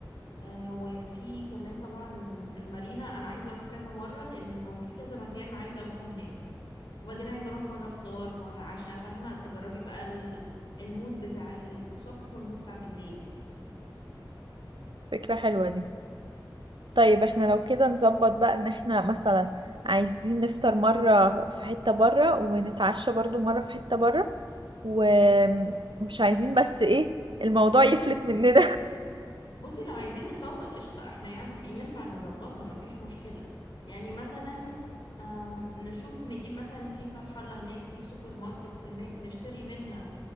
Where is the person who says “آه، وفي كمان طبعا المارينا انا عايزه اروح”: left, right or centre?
Left